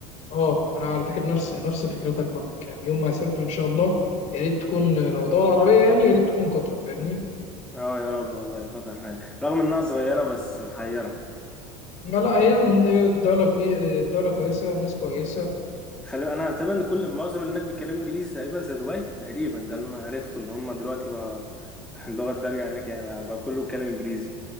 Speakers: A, on the left; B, in the centre.
A: اه انا على فكرة نفس نفس فكرتك برضك يعني يوم ما اسافر ان شاء الله يا ريت تكون لو دولة عربية يعني يا ريت تكون قطر فاهمني
B: اه يا رب والله قطر رغم انها صغيرة بس محيرة
A: لا لا هي الدولة كوي... الدولة كويسة الناس كويسة
B: <laughs> خلي انا تقريبا إن كل معظم اللي هناك بيتكلموا انجليزي تقريبا زي دبي تقريبا ده اللي انا عرفته ان هم دلوقتي بقى <laughs> اللغة الدارجة هناك يعني بقى, بقى كله بيتكلم انجليزي